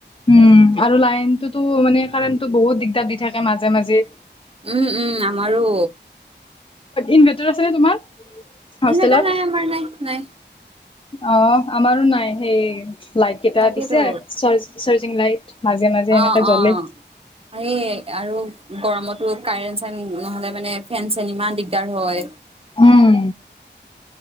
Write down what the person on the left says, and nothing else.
উম, আৰু লাইনতোতো মানে কাৰেণ্টো বহুত দিগদাৰ দি থাকে মাজে মাজে।
ইনৰ্ভাটাৰ আছে নে তোমাৰ হোষ্টেলত?
অ' আমাৰো নাই, সেই লাইট কেইটা
দিছে চাৰ্জ চাৰ্জিং লাইট। মাজে মাজে এনেকে
জ্বলে।
উম,